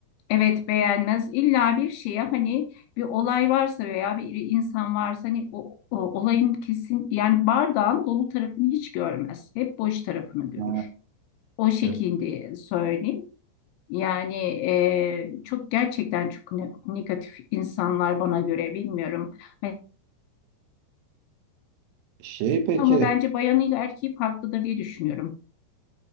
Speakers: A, on the left; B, on the right.
A: Evet beğenmez. İlla bir şeye hani bir olay varsa veya bir insan varsa hani o, o olayın kesin yani bardağın dolu tarafını hiç görmez. Hep boş tarafını görür.
B: Ha,
A: O şekilde
B: e,
A: söyleyeyim. Yani e, çok gerçekten çok ne- negatif insanlar bana göre bilmiyorum. Hani
B: Şey peki
A: ama bence bayanıyla erkeği farklıdır diye düşünüyorum.